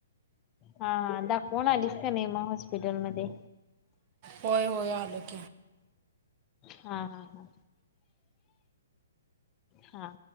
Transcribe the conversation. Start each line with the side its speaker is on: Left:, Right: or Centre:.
Left: हा, हा दाखवून आलीस का नाहीे म हॉस्पिटलमदे.
Right: होय, होय आलोकी.
Left: हा हा हा हा!